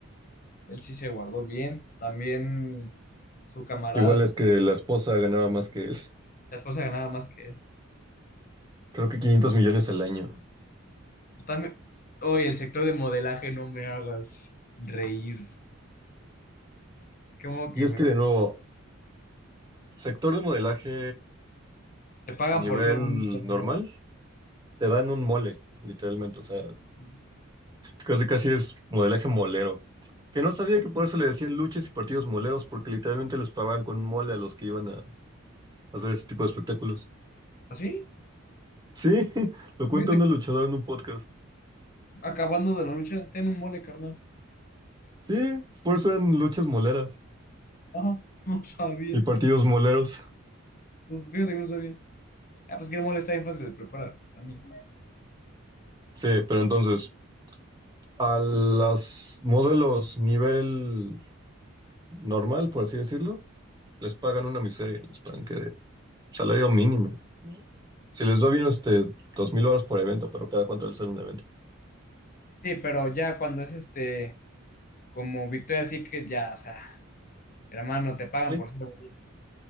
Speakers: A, on the left (about 40°); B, on the right (about 20°).
A: él sí se guardó bien. También su camarada,
B: Igual es que la esposa ganaba más que él.
A: la esposa ganaba más que él.
B: Creo que 500 millones al año.
A: Totalmente. Oye, el sector de modelaje no me hagas reír. Como que
B: Y es
A: me-
B: que, de nuevo, sector de modelaje
A: te pagan
B: nivel
A: por ser bonito nomás.
B: normal, te dan un mole, literalmente. O sea,
A: ¿no?
B: casi casi es modelaje molero. Que no sabía que por eso le decían luchas y partidos moleros, porque literalmente les pagaban con mole a los que iban a hacer ese tipo de espectáculos.
A: ¿Así?
B: Sí, <laughs> lo
A: Fíjate,
B: cuenta una luchadora en un podcast.
A: acabando de la lucha, ten un mole, carnal.
B: Sí, por eso eran luchas moleras
A: Ajá, <laughs> no sabía.
B: y partidos moleros.
A: No, Fíjate que no sabía. Ah, pues que el mole está bien fácil de preparar también.
B: Sí, pero entonces. A los modelos nivel normal, por así decirlo, les pagan una miseria, les pagan que de salario mínimo. Si les va bien, este, dos mil dólares por evento, pero cada cuánto les sale un evento.
A: Sí, pero ya cuando es este, como Victoria Secret, ya, o sea, hermano, te pagan
B: ¿sí?
A: por ser bonito.